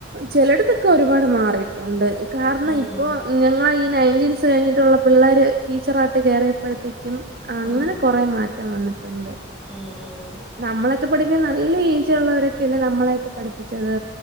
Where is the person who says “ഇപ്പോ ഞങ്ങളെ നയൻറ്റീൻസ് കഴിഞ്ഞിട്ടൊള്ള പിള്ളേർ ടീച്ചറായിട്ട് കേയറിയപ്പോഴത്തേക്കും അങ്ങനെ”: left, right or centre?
Right